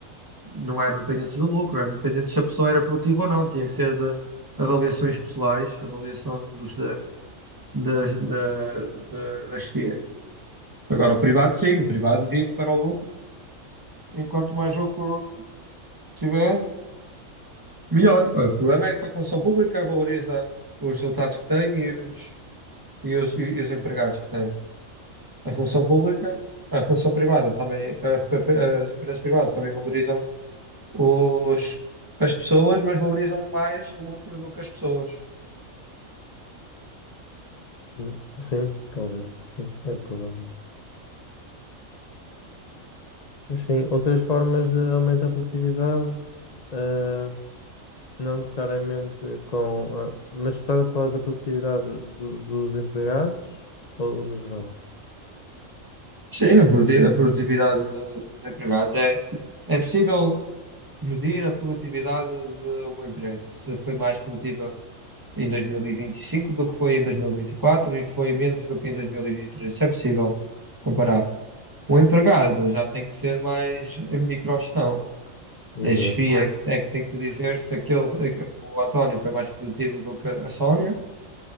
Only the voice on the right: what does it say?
não eram dependentes do lucro, eram dependentes se a pessoa era produtiva ou não, tinha que ser de avaliações pessoais, avaliação dos da, das- da, da, da chefia. Agora, o privado, sim, o privado vive para o lucro, enquanto mais lucro tiver, melhor. O problema é que a função pública valoriza os resultados que tem e os e os, e, e os empregados que têm. A função pública, a função privada também, a- a- as empresas privadas também valorizam os, as pessoas, mas valorizam mais o lucro do que as pessoas.
Sim, a produti- a produtividade do- dos empregados é, é possível medir a produtividade de uma empresa, se foi mais produtiva em 2025 do que foi em 2024 e vinte e quatro e que foi menos do que em 2023. Isso é possível comparar. Um empregado já tem que ser mais microgestão.
A chefia é que é que tem que dizer se aquele, eh, o António foi mais produtivo do que a Sónia,